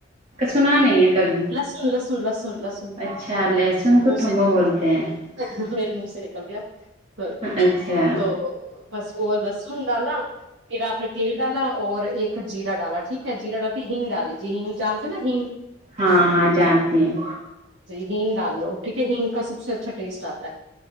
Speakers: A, on the right; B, on the right.
A: سنا نہیں ہے کبھی
B: لہسن لسن لسن لسن
A: اچھا لہسن کو
B: منہ
A: تھمو
B: سے نکل
A: بولتے ہیں
B: م منہ سے نکل گیا سی
A: اچھا
B: تو بس وہ لسن ڈالا پھر آپ نے تیل ڈالا اور ایک جییرا ڈالا ٹھیک ہے جیرا ڈال کے ہگ ڈالی جی ہگ جانتے نا ہگ
A: ہاں ہاں جانتی ہوں
B: ہگ ڈال لو ٹھیک ہے ہگ کا سب سے اچھا ٹیسٹ آتا ہے